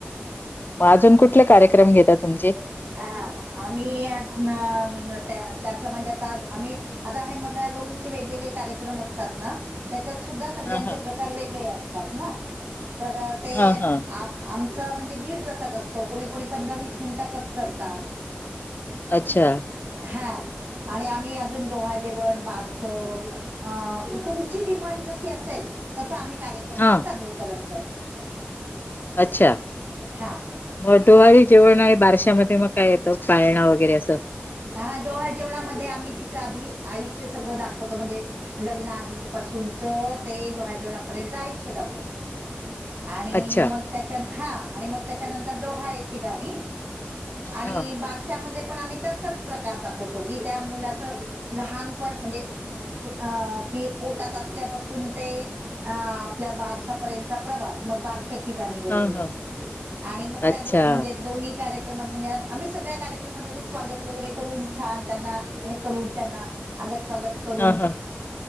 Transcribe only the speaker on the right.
हं आम्हीं नं त्यां त्यांच्यामध्ये आंता आम्हीं आंता हे मंगळागौरीचे वेगवेगळे कार्यक्रम असतांत नां त्यांच्यात सुद्धां सगळ्यांचे
प्रकार वेगळे असतांत नां तरं ते
आंप आमचा म्हणजे दीड तासांचा असतो कोणी कोणी पंधरा वीस मिनिटांचा चं करतांत
हां आणि आम्हीं अजूंन डोहांळ जेवणं बांरस अं तुम ची डिमांड जशी असेल तसं आम्हीं कार्यक्रमाचं
सादरीकरणं करतो
हां
हां डोहाळं जेवणांमध्यें आम्हीं तिचं आंधी आयुष्य सगळं दाखवतो म्हणजे लग्नां आधीपासूंनचं ते डोहाळं जेवणांपर्यंतचं आयुष्य दाखवतो
आणि
मंग त्यांच्यात हां आणि मंग त्यांच्यानंतर डोहांळ्याची गाणी आणि
बांरश्या श्या मध्यें पणं आम्हीं तसंच प्रकार दाखवतो की त्यां मुलांचं लहांनपणं म्हणजे अं अं ती पोटांत असल्यांपासून ते अं आपल्या बांरशापर्यंतचां प्रवास मंग बांरश्या त्यांची गाणी वगैरें
आणि मंग
त्यां दोघ दोन्ही कार्यक्रमांत म्हणजे आम्हीं सगळ्यां कार्यक्रमांत आंध स्वांगत वगैरें करूंन छांन त्यांना हे करूंन त्यांना आगतं स्वांगत करूंन